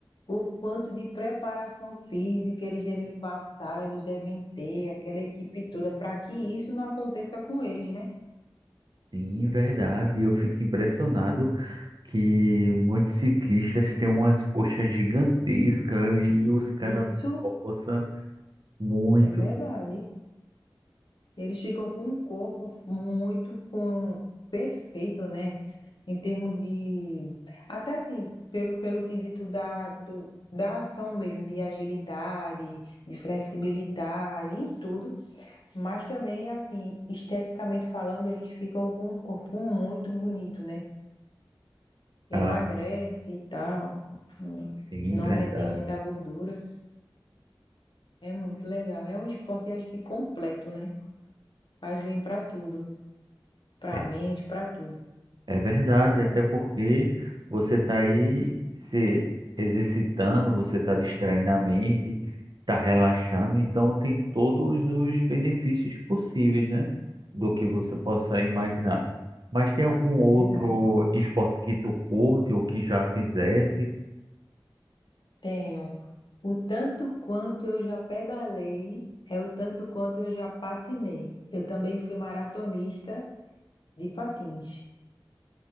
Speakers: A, on the left; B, on the right.
A: O quanto de preparação física eles devem passar, eles devem ter, aquela equipe toda, para que isso não aconteça com eles, né?
B: Sim, verdade. Eu fico impressionado que muitos ciclistas têm umas coxas gigantescas e os caras
A: Isso
B: forçam muito.
A: é verdade. Eles ficam com um corpo muito com perfeito, né? Em termos de. Até assim, pelo, pelo quesito da, do, da ação mesmo, de agilidade, de flexibilidade, em tudo. Mas também, assim, esteticamente falando, eles ficam com um corpo muito bonito, né? Emagrece
B: Ah,
A: e tal, hum,
B: sim,
A: não
B: verdade.
A: retém muita gordura. É muito legal. É um esporte, acho que completo, né? Faz bem pra tudo, pra
B: É
A: mente, pra tudo.
B: É verdade, até porque você está aí se exercitando, você está distraindo a mente, está relaxando, então tem todos os benefícios possíveis, né? Do que você possa imaginar. Mas tem algum outro
A: É verdade.
B: esporte que tu curte ou que já fizesse?
A: Tenho. O tanto quanto eu já pedalei é o tanto quanto eu já patinei. Eu também fui maratonista de patins.